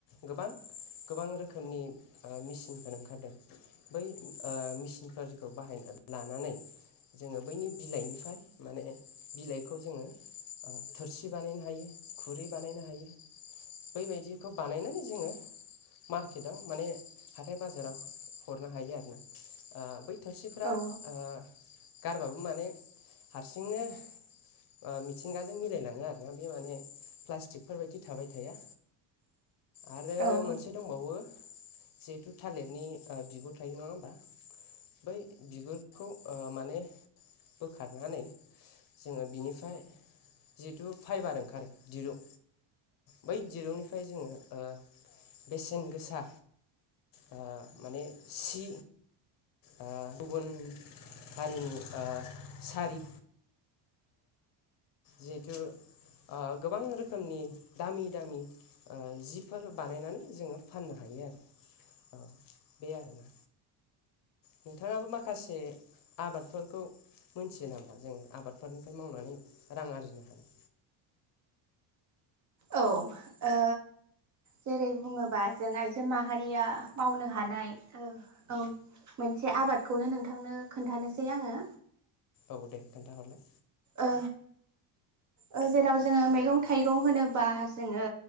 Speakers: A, on the left (about 45°); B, on the right (about 40°).
A: गोबां गोबां रोखोमनि मेसिनफोर ओंखारदों बै ओ मेसिनफोरखौ बाहायना लानानै जोङो बैनि बिलाइनिफ्राय माने बिलाइखौ जोङो थोरसि बानायनो हायो खुरै बानायनो हायो बैबायदिखौ बानायनानै जोङो मारकेटाव माने हाथाय बाजाराव हरनो हायो आरोना आ बै थोरसिफ्रा
B: औ
A: आ गारबाबो माने हारसिंनो ओ मिथिंगाजों मिलायलाङो आरोना बे माने प्लास्टिकफोरबायदि थाबाय थाया आरो
B: औ औ
A: मोनसे दंबावो जिहेथु थालिरनि बिगुर थायो नङा होमबा बै बिगुरखौ ओ‌ माने बोखारनानै जोङो बिनिफ्राय जिहेथु फाइबार ओंखारो दिरुं बै दिरुं निफ्राय जोङो बेसेन गोसा ओ माने सि आ गुबुन हारिनि ओ सारि जिहेथु ओ गोबां रोखोमनि दामि दामि ओ जिब फोर बानायनानै जोङो फाननो हायो आरो औ बे आरो ना नोंथाङाबो माखासे आबादफोरखौ मोनथियो नामा जों आबादफोरनिफ्राय मावनानै रां आरजिनो हानाय
B: औ ओ जेरै बुङोबा जों आइजो माहारिया मावनो हानाय ओ मोनसे आबादखौनो नोंथांनो खोन्थानोसै आङो
A: औ दे खोन्थाहरलाय
B: ओ ओ जेराव जोङो मैगं थाइगं होनोबा जोङो